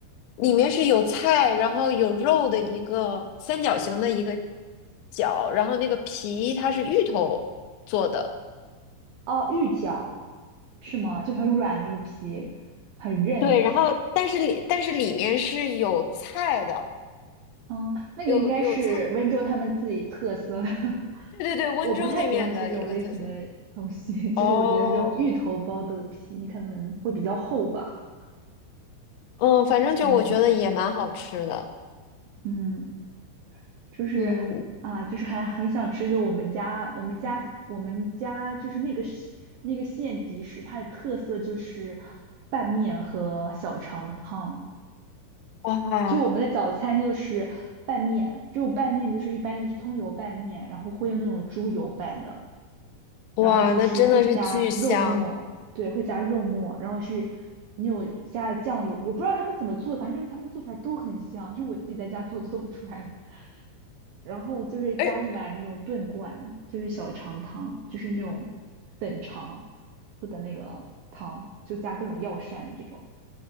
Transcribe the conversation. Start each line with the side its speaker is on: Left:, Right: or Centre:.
Left: 里面是有菜，然后有肉的一个三角形的一个饺，然后那个皮它是芋头做的。
Right: 哦，玉饺是吗？就很软那个皮，很韧的皮。
Left: 对，然后但是里但是里面是有菜的，
Right: 嗯，那个应该是温州他们自己特色的。
Left: 有有菜，
Right: <laughs>
Left: 对对对，温州那面的一个特色。
Right: 我不太喜欢吃这种类型的东西，<laughs> 就是我觉得这种芋头包的皮可能会比较厚吧。
Left: 哦，嗯，反正就我觉得也蛮好吃的。
Right: 嗯嗯。就是啊，
Left: 嗯，
Right: 就是还很想吃，就我们家我们家我们家就是那个县那个县级市，它的特色就是拌面和小肠汤。
Left: 哇
Right: 就我们的早餐就是拌面，就拌面就是一般就是葱油拌面，然后会用那种猪油拌的，
Left: 哇，
Right: 然后就是会加肉末，
Left: 那真的是巨香。
Right: 对，会加肉末，然后是那种加酱油，我不知道他们怎么做，反正就是他们做出来都很香，就是我自己在家做就做不出来的。然后就是加一碗那种炖罐，
Left: 而
Right: 就是小肠汤，就是那种等长做的那个汤，就加各种药膳的这种